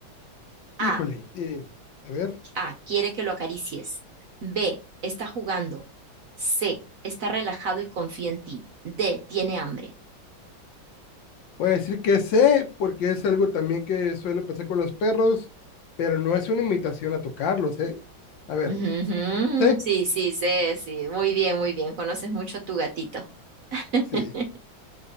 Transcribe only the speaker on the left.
híjole. eh, a ver.
Voy a decir que sé, porque es algo también que suele pasar con los perros, pero no es una invitación a tocarlos, ¿eh?
A ver,
¿sé?
Sí.